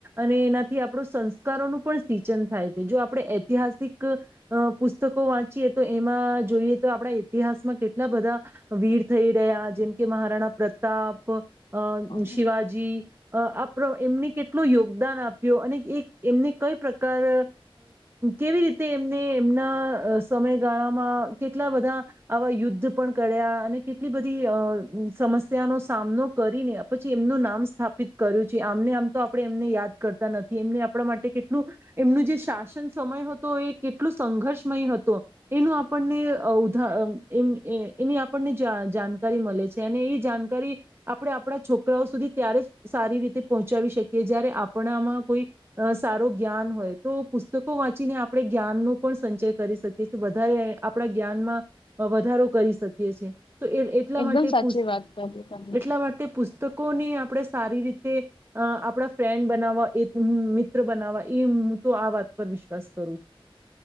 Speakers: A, on the right; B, on the left.
A: અને એનાથી આપણો સંસ્કારોનું પણ સિચન થાય છે જો આપણે ઐતિહાસિક અ પુસ્તકો વાંચીએ તો એમાં જોઈએ તો આપણા ઇતિહાસમાં કેટલા બધા વીર થઈ રહ્યા જેમ કે મહારાણા પ્રતાપ અ
B: હા,
A: શિવાજી અ આપ એમને કેટલો યોગદાન આપ્યો અને એ એક એમને કઈ પ્રકાર કેવી રીતે એ ને એમના સમયગાળામાં કેટલા બધા આવા યુદ્ધ પણ કર્યા અને કેટલી બધી અ સમસ્યાનો સામનો કરીને પછી એમનું નામ સ્થાપિત કર્યું છે આમને આમ તો આપણે એમને યાદ કરતા નથી એમને આપણા માટે કેટલું એમનું જે શાસન સમય હતો એ કેટલું સંઘર્ષમય હતો એનું આપણને ઉધા અ એ એની આપણને જાનકારી મળે છે અને એ જાનકારી આપણે આપણા છોકરાઓ સુધી ત્યારે જ સારી રીતે પહોંચાવી શકીએ જયારે આપણામાં કોઈ સારું જ્ઞાન હોય તો પુસ્તકો વાંચીને આપણે જ્ઞાનનો પણ સંચય કરી શકીએ વધારે આપણા જ્ઞાનમાં વધારો કરી શકીએ છે. તો એ એટલા
B: એકદમ
A: માટે
B: સાચી
A: પુશ
B: વાત કરી તમે
A: એટલા માટે પૂષ. પુસ્તકોને આપણે સારી રીતે અ આપણા ફ્રેન્ડ બનાવવા એ ઉ મિત્ર બનાવવા એ મુ તો આ વાત પર વિશ્વાસ કરું છું.